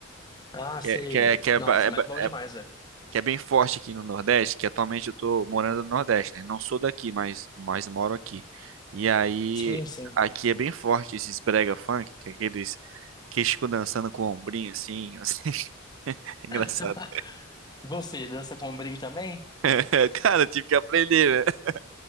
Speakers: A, on the left; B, on the right.
A: Ah,
B: Que
A: sei.
B: é, que é, que é,
A: Nossa,
B: ba- é
A: mas
B: ba-
A: bom
B: é
A: demais, né?
B: que é bem forte aqui no Nordeste, que atualmente eu tô morando no Nordeste, né? Não sou daqui, mas, mas moro aqui. E aí,
A: Sim, sim.
B: aqui é bem forte esses brega funk, que é aqueles que ficam dançando com o ombrinho assim, <laughs> assim. É engraçado.
A: <laughs> Você dança com ombrinho também?
B: <laughs> Cara, eu tive que aprender, né?